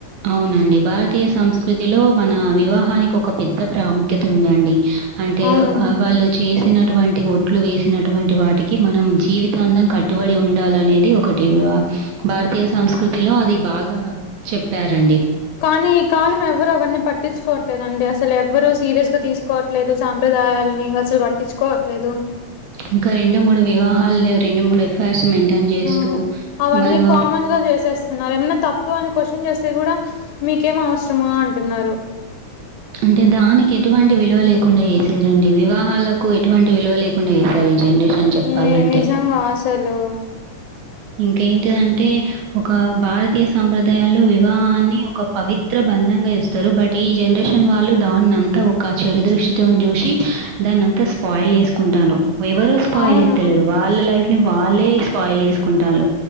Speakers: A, on the right; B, on the left.
A: అవునండి భారతీయ సంస్కృతిలో మన వివాహానికి ఒక పెద్ద ప్రాముఖ్యత ఉందండి అంటే
B: అవును
A: వాళ్ళు చేసిన అటువంటి ఒట్లు వేసినటువంటి వాటికి మనం జీవితాంతం కట్టుబడి ఉండాలనేది ఒకటి భారతీయ సంస్కృతిలో అది బాగా చెప్పారండి
B: కానీ ఈ కాలం ఎవరు అవన్నీ పట్టించుకో లేదండి అసలు ఎవ్వరు సీరియస్ గా తీసుకోవట్లేదు సాంప్రదాయాలని అసలు పట్టించుకోవట్లేదు.
A: ఇంకా రెండు మూడు వివాహాలు రెండు, మూడు ఎఫైర్స్ మెయింటైన్ చేస్తూ
B: ఆ అవన్నీ
A: వాళ్ళు
B: కామన్ గా చేసేస్తున్నారు ఏమన్నా తప్పు అని క్వశ్చన్ చేస్తే కూడా మీకేం అవసరమ అంటున్నారు.
A: అంటే దానికి ఎటువంటి విలువ లేకుండా చేశారండి వివాహాలకు ఎటువంటి విలువ లేకుండా చేసారు. జనరేషన్ చెప్పాలంటే,
B: ని నిజంగా అసలు
A: ఇంక ఏంటిదంటే ఒక భారతీయ సాంప్రదాయాల్లో వివాహాన్ని ఒక పవిత్ర అందంగా చుస్తారు బట్ ఈ జనరేషన్ వాళ్ళు దాన్నింతా ఒక చెడు దృష్టితోని చూసి దాన్ని స్పాయిల్ చేసుకుంటారు ఎవరు స్పాయిల్
B: అవును
A: చేత్తలేరు వాళ్ళ లైఫ్ ని వాళ్ళే స్పాయిల్ చేసు కుంటలు